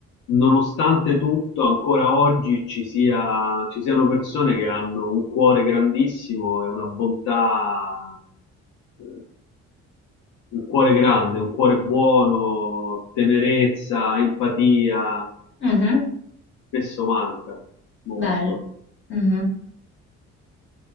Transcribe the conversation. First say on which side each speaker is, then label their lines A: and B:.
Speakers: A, on the left (about 80°); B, on the left (about 40°).
A: nonostante tutto, ancora oggi ci sia, ci siano persone che hanno un cuore grandissimo e una bontà eh, un cuore grande, un cuore buono, tenerezza, empatia,
B: Mhm,
A: spesso manca molto.
B: bello. Mhm.